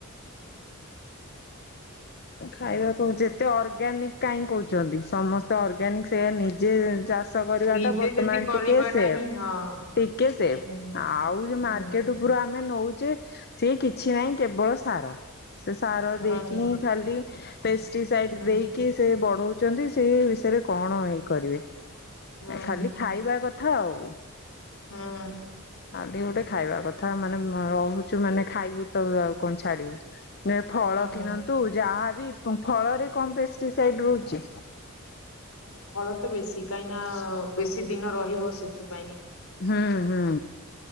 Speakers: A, on the left; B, on the left.
A: ଖାଇବାକୁ ଯେତେ ଅର୍ଗାନିକ କାହିଁ କହୁଛନ୍ତି ସମସ୍ତେ ଅର୍ଗାନିକ ସେଇଆ ନିଜେ ଚାଷ ଚାଷ କରିବା
B: ନିଜେ
A: ଟା ବର୍ତ୍ତମାନ
B: ଯଦି କରିବାଟା
A: ଟିକେ ସେ
B: ହିଁ ହଁ
A: ଟିକେ ସେଭ୍
B: ହୁଁ,
A: ଆଉ ଯ
B: ହୁଁ,
A: ମାର୍କେଟ ପୁରା ଆମେ ନଉଚେ ସିଏ କିଛି ନାହିଁ କେବଳ ସାର ସେ ସାର
B: ହୁଁ,
A: ଦେଇକିଁ ଖାଲି ପେଷ୍ଟିସାଇଡ
B: ହୁଁ,
A: ଦେଇକି ସେ ବ ରହୁଛନ୍ତି ସେଇ ବିଷୟରେ କଣ ଏଇ କରିବେ
B: ହୁଁ,
A: ଖାଲି
B: ହୁଁ,
A: ଖାଇବା କଥା ଆଉ
B: ହୁଁ,
A: ଖାଲି ଗୋଟେ ଖାଇବା କଥା ମାନେ ରହୁଛୁ ମାନେ ଖାଇବୁ ତ ଆଉ କଣ ଛାଡିବୁ। ନା ଫଳ
B: ହୁଁ।
A: କିିଣ ଯାହାବି ଫଳରେ କମ୍ ପେଷ୍ଟିସାଇଡ ରହୁଛି।
B: ଫଳ ତ ବେଶୀ କାହିଁକି ନା ବେଶୀ ଦିନ ରହିବ ସେଥିପାଇଁ
A: ହୁଁ ହୁଁ